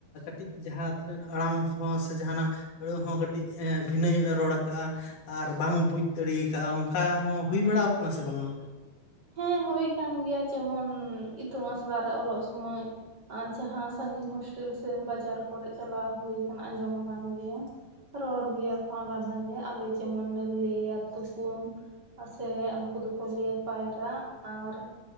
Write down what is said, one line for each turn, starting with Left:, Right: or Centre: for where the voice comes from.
Left: ᱠᱟᱹᱴᱤᱡ ᱡᱟᱦᱟᱸ ᱛᱤᱱᱟᱹᱜ ᱟᱲᱟᱝ ᱦᱚᱸ ᱥᱮ ᱡᱟᱦᱟᱱᱟᱜ ᱟᱹᱲᱟᱹ ᱦᱚᱸ ᱠᱟᱹᱴᱤᱡ ᱵᱷᱤᱱᱟᱹ ᱧᱚᱜᱼ ᱮ ᱨᱚᱲ ᱟᱠᱟᱟᱜᱼᱟ ᱟᱨ ᱵᱟᱝ ᱵᱩᱡᱽ ᱫᱟᱲᱮᱠᱟᱟᱜᱼᱟ ᱚᱱᱠᱟ ᱦᱚᱸ ᱦᱩᱭ ᱵᱟᱲᱟᱣᱠ ᱥᱮ ᱵᱟᱝᱟ
Right: ᱦᱮᱸ ᱦᱩᱭ ᱠᱟᱱ ᱜᱮᱭᱟ ᱡᱮᱢᱚᱱ ᱤᱛᱩᱱ ᱟᱥᱲᱟ ᱨᱮ ᱚᱞᱚᱜ ᱥᱩᱢᱚᱭ ᱟᱨ ᱡᱟᱦᱟᱸ ᱥᱟᱹᱜᱤᱧ ᱦᱳᱥᱴᱮᱞ ᱥᱮ ᱵᱟᱡᱟᱨ ᱠᱚᱨᱮᱜ ᱪᱟᱞᱟᱣ ᱦᱩᱭᱠ ᱟᱸᱡᱚᱢ ᱟᱠᱟᱱ ᱜᱮᱭᱟ ᱨᱚᱲ ᱜᱮᱭᱟ ᱠᱚ ᱟᱞᱟᱫᱟ ᱜᱮ ᱟᱞᱮ ᱡᱮᱢᱚᱱ ᱞᱮ ᱞᱟᱹᱭᱟ ᱛᱩᱯᱩᱱ ᱥᱮ ᱩᱱᱠᱩ ᱫᱚᱠᱚ ᱞᱟᱹᱭᱟ ᱯᱟᱭᱨᱟᱜ ᱟᱨ